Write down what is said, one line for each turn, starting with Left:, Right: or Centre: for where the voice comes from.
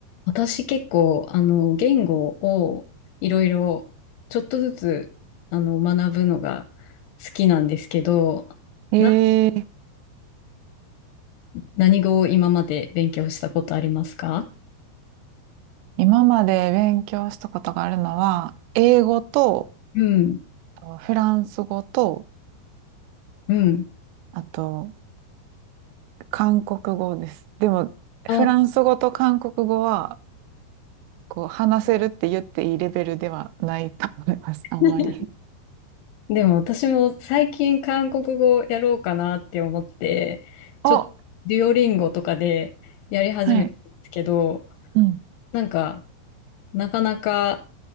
Left: 私結構、あの、言語をいろいろちょっとずつ、あの、学ぶのが好きなんですけど、
Right: えー、
Left: な、何語を今まで勉強したことありますか
Right: 今まで勉強したことがあるのは、英語と、
Left: うん、
Right: あフランス語と、
Left: うん。
Right: あと、韓国語です。でも、
Left: あ、
Right: フランス語と韓国語は、こう、話せるって言っていいレベルではないと思います、<laughs> あんまり。
Left: <laughs> でも私も最近韓国語やろうかなって思って、ちょっとデュオリンゴとかでやり始めたんですけど、
Right: おはい。うん。
Left: なんか、なかなか